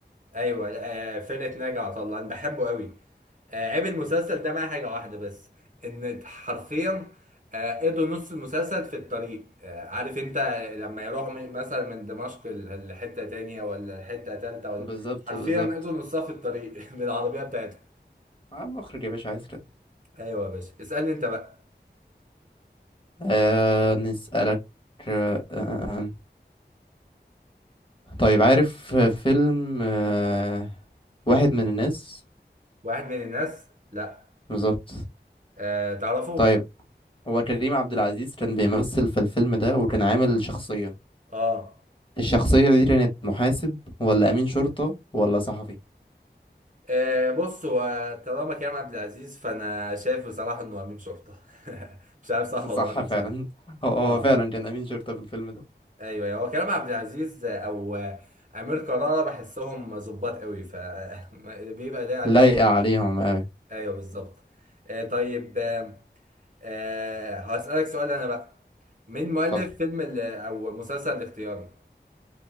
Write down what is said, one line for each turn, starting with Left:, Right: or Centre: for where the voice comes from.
Right: ايوه آه، فرقه ناجي عطا الله انا بحبه قوي آه، عيب المسلسل ده معايا حاجه واحده بس ان حرفيا آه، قضوا نص المسلسل في الطريق آه، عارف انت لما يروحوا من- مثلا من دمشق ل- لحته تانية ولا حته تالتة ولا
Left: بالظبط
Right: حرفيا
Left: بالظبط
Right: قضوا نصها في الطريق <laughs> بالعربيه بتاعتهم
Left: عم مخرج يا باشا عايز كده
Right: ايوه يا باشا اسالني انت بقى
Left: آه نسألك آه آه آه. آه، آه. طيب عارف فيلم آه واحد من الناس
Right: واحد من الناس لا
Left: بالظبط
Right: أه تعرفه
Left: طيب هو كريم عبد العزيز كان بيمثل في الفيلم ده وكان عامل شخصية
Right: اه
Left: الشخصية دي كانت محاسب ولا أمين شرطة ولا صحفي
Right: آه، بص هو طالما كريم عبد العزيز فانا شايف بصراحه انه امين شرطه <laughs> مش عارف صح
Left: <laughs> صح
Right: ولا غلط بصراحه
Left: فعلا هو هو
Right: اه
Left: فعلا كان أمين شرطة في الفيلم ده
Right: ايوه أيوة. هو كريم عبد العزيز او امير كرارة بحسهم ظباط قوي ف <laughs> بيبقى ده عليهم
Left: لايقة عليهم أوي
Right: ايوه بالظبط آه طيب آه آه، هسألك سؤال انا بقى مين مؤلف
Left: اتفضل
Right: فيلم ال- او مسلسل الاختيار